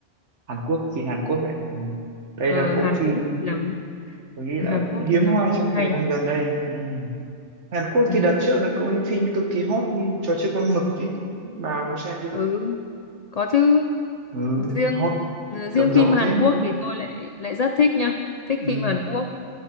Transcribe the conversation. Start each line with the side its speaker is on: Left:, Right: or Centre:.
Right: Hàn Quốc phim Hàn Quốc ấy ừ. đây
Left: ờ,
Right: là bộ
Left: Hàn
Right: phim
Left: Quốc thì làm
Right: tôi nghĩ
Left: Hàn
Right: là cũng
Left: Quốc
Right: hiếm
Left: thì làm
Right: hoi
Left: phim
Right: trong
Left: hay
Right: thời gian gần đây ừ. Hàn Quốc
Left: ừ.
Right: thì đợt trước là có cái phim cực kỳ hot như trò chơi con mực ấy bà có xem chưa
Left: ừ có chứ
Right: ừ
Left: riêng
Right: hot
Left: ờ, riêng
Right: rầm rộ
Left: phim Hàn
Right: thế
Left: Quốc thì tôi lại lại rất thích nha thích
Right: ừ.
Left: phim Hàn Quốc